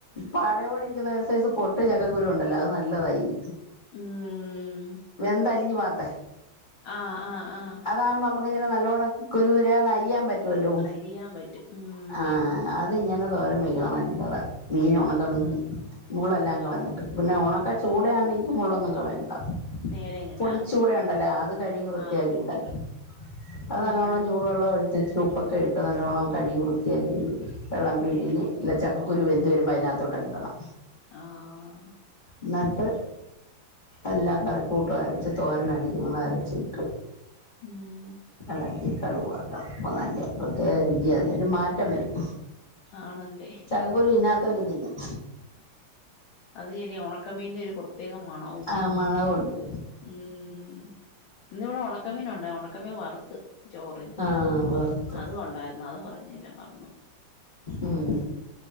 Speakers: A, on the left; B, on the left.
A: പാടയോടിരിക്കു‌ന്ന ഒര്സൈസ് പൊട്ട് ചക്കക്കുരു ഒണ്ടല്ലോ അത് നല്ലതാ ഇയിനി
B: ഉം
A: വെന്തലിഞ്ഞു പോകാത്തെ
B: ആഹ് ആഹ് ആഹ്
A: അതാവുമ്പ നമ്മ‌ക്കിങ്ങന നല്ലോണം കുരുകുരാന്ന് അരിയാൻ പ റ്റുവല്ലൊ
B: അരിയാൻ പറ്റും ഉം
A: ആഹ് അതിങ്ങന തോരൻ വെയ്ക്കണം നല്ലതാ മീൻ ഒണക്ക
B: ആഹ്
A: മീൻ മുള്ളല്ലാം കളഞ്ഞിട്ട് പിന്ന ഒണ ക്ക ചൂടയാന്നെങ്കി മുള്ളൊന്നും കളയണ്ട
B: നേരം കിട്ടാ
A: പൊടിച്ചൂട
B: മതി
A: ഒണ്ടല്ലോ അത് കഴുകി വൃത്തിയാക്കിട്ടാതി
B: ആഹ് പൊടി
A: അത്
B: ഉം
A: നല്ലോണം ചൂട് വെള്ളം ഒഴിച്ചേച്ച് ഇച്ചി ഉപ്പക്ക ഇട്ട് നല്ലോണം കഴുകി വൃത്തിയാക്കി വെള്ളം പിഴിഞ്ഞ്
B: ഉം
A: <unintelligible> ചക്ക കുരു വെന്ത് വരുമ്പ അതിനാത്തോട്ടങ്ങിടണം
B: ആഹ്
A: എന്നട്ട് എല്ലാ കറിക്കൂട്ടും അരച്ച് തോരന് അരക്കുന്ന അരച്ചിട്ട്
B: ഉം
A: എളക്കി കടു വറ്ക്കണം അപ്പൊ നല്ല പ്രത്യേക
B: ഉം
A: രുചിയാ
B: ഉം
A: അതിന് ഒരു മാറ്റം വരും
B: ആണല്ലേ
A: ക്കകുരു തിന്നാത്തോരും തിന്നും
B: അത് ശെരിയാ ഒണക്കമീന്റ ഒരു പ്രത്യേക മണവും
A: ആ മണവുണ്ട്
B: ഉം ഇന്നിവിട ഒണക്കമീനൊണ്ട് ഒണക്കമീൻ വറത്ത് ചോറിന്
A: ആഹ് വറുത്തു
B: അതും ഒണ്ടായിരുന്ന് അത് പറഞ്ഞില്ല മറ
A: ഉം